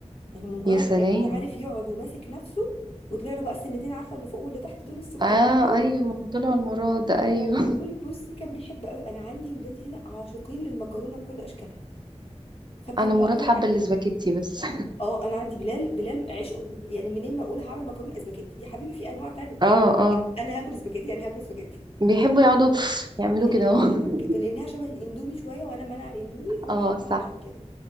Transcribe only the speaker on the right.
يا سلام
اه
ايوه ما هو طلع المراد ايوه
<laughs>
انا مراد
حب
الاسباجيتي بس
<laughs> اه اه
بيحبوا يقعدوا يعملوا
كده اهو <laughs>
اه
صح